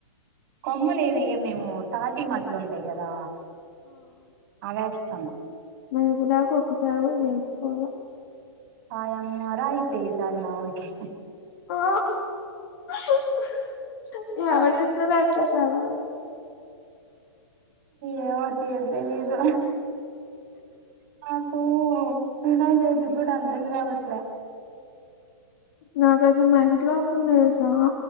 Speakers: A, on the right; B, on the left.
A: కొమ్మలేవెయ్యం మేమూ తాటి మట్లుంటయి గదా అవేస్తం
B: నీకు నాకు ఒక్కసారే చేస్త ఇగ
A: ఆయమ్మ రా అయితే ఈసారి మా ఊర్కి
B: ఆ అహ హ్ హ్ ఎవరిస్తారక్క సెలవులు
A: ఏమో తియ్ తెలియదు నాకూ వినాయక చవితిక కూడా అర్ధం కావట్లే
B: నాకసలు మంట్లొస్తున్నాయిసా